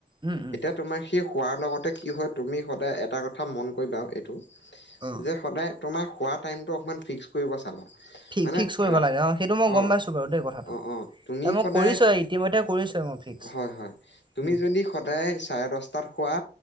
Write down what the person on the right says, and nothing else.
উম উম
অ
ফি-ফিক্স
কৰিব
লাগে অ'। সেইটো মই
গম পাইছো বাৰু দেই কথাটো।
এ মই
কৰিছোৱে ইতিমধ্যে কৰিছোৱে মই ফিক্স
উম